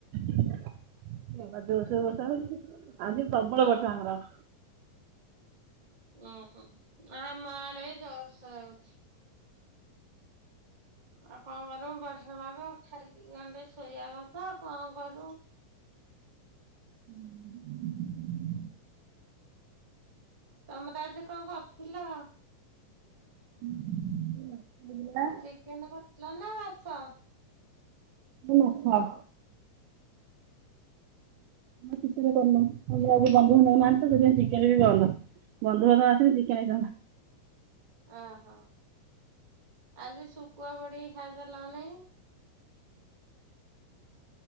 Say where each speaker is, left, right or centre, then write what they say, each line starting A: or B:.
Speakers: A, on the right; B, on the right.
A: <inaudible> ଜୋସେ ରେ ବଷା ହଉଛି, ଆଜି ପ୍ରବଳ ବର୍ଷା ଆମର।
B: ଓହୋ ଆମ ଆଡେ ଜୋରସରେ ହଉଛି। ଆଉ କଣ କରଵୁ ବର୍ଷା ପାଗ ଖାଇକି ଗଣ୍ଡେ ଶୋଇବା କଥାଉ କଣ କରୁ
A: <inaudible>
B: ତମର ଆଜି କଣକରିଥିଲ?
A: <unintelligible>
B: ଚିକେନ କରିଥିଲ ନା ମାଛ?
A: ଏଇ ମାଛ। ହଁ ଚିକେନ କରିବ, ଆମର ଆଜି ବନ୍ଧୁ ବାନ୍ଧବ ନାହାନ୍ତି ତ ସେଥିପାଇଁ ଚିକେନ ବି ବନ୍ଦ, ବନ୍ଧୁ ବାନ୍ଧବ ଆ ଆସିଥିଲେ ଚିକେନ ହେଇଥାନ୍ତା।
B: ଓହୋ ଆଜି ଶୁଖୁଆ ପୋଡିକି ଖାଇଦେଲନି।